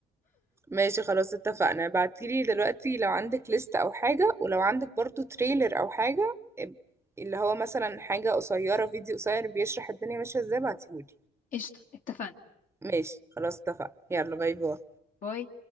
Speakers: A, on the right; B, on the left.
A: ماشي خلاص اتفقنا ابعتيلي دلوقتي لو عندك ليست او حاجة ولو عندك برضو تريلر او حاجة اب- اللي هو مثلا حاجة قصيرة فيديو قصير بيشرح الدنيا ماشية ازاي بعتيهولي
B: قشطة اتفقنا
A: ماشي خلاص اتفقنا يلا باي باي
B: باي